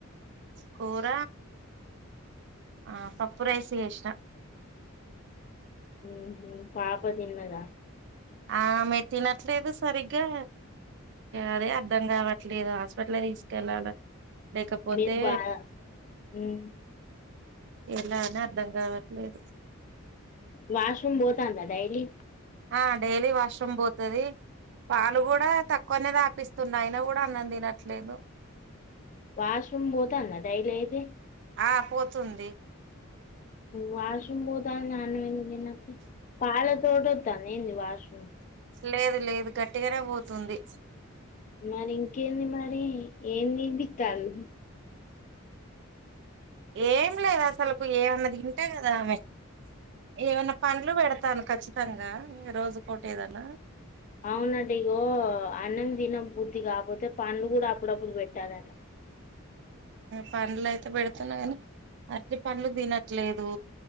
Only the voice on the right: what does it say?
కూర ఆ పప్పు రైస్ చేసిన
ఆమె తీనట్లేదు సరిగ్గా అదే అర్ధం కావట్లేదు ఆస ఆట్ల తీసుకెళ్ళాల లేకపోతే
ఎలా అనీ అర్థం కావట్లేదు
ఆ డైలీ వాష్రూమ్ పోతది పాలు కూడా తక్కువనే తాపిస్తున్నా అయినా కూడా అన్నం తినట్లేదు
ఆ పోతుంది
లేదు లేదు గట్టిగానే పోతుంది
ఏం లేదు అసలులకు ఏమన్నది తింటే కదా ఆమె ఏమైన్నా పనులు పెడతాను కఖచ్చితంగా రోజుకోటి ఏదనా
పండ్లు అయితే పెడుతున్నా కానీ అట్లీ పంలు తినట్లేదు